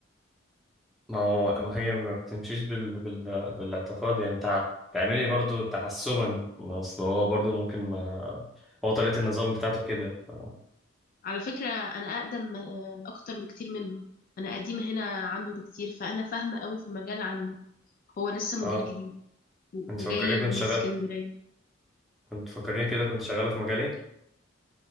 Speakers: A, in the centre; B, on the left.
A: ما هو ما هي ما بتمشيش بال... بال... بالاعتقاد يعني أنت تعملي برضو تحسبا ما أصل هو برضو ممكن ما هو طريقة النظام بتاعته كده ف...
B: على فكره انا اقدم آه، اكتر بكتير منه انا قديمه هنا عنه بكتير فانا فاهمه قوي في المجال عنه هو لسه
A: أه
B: مدير جديد و-
A: أنت
B: وجاي
A: فكرني كنت
B: من
A: شغال
B: اسكندريه
A: كنت فكرني كده كنت شغالة في مجالي